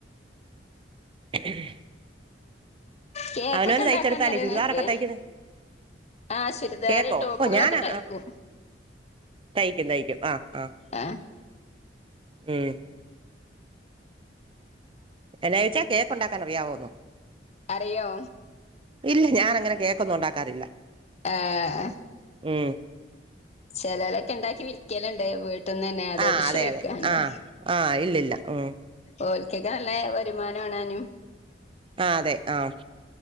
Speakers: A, on the right; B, on the left.
A: <unintelligible>
B: കേക്കൊക്കെ
A: അവനവന്
B: ഉണ്ടാക്കാൻ
A: തയ്ച്ചെടുത്താലേ
B: അറിയോ
A: ചുരിദാറൊക്കെ
B: നിങ്ങൾക്ക്
A: തയ്ക്കുന്നത്
B: ആഹ ചുരിദാർ
A: കേക്കോ
B: ടോപ്പുകളൊക്കെ
A: ഓ ഞാനാ
B: തയ്ക്കും
A: തയ്ക്കും തയ്ക്കും ആഹ് ആഹ്
B: ആഹ
A: ഉം എന്നാചോദിച്ചേ കേക്ക് ഉണ്ടാക്കാൻ അറിയാവോന്നോ
B: അറിയോ
A: ഇല്ല ഞാൻ അങ്ങനെ കേക്ക കേക്കൊന്നും ഉണ്ടാക്കാനറിയില്ല
B: ആഹ
A: മ്
B: ചേലോലൊക്കെ ഉണ്ടാക്കി വിൽക്കലുണ്ട് വീട്ട വീട്ട്ന്ന് തന്നെ അതോണ്ട്
A: ആ അതെ
B: ചോദിക്കാട്ടോ
A: അതെ ആ ആ ഇല്ലില്ല ഉം
B: കേക്ക്ഒക്കെ നല്ല വരുമാനംആണേനും
A: ആ അതെ ആഹ്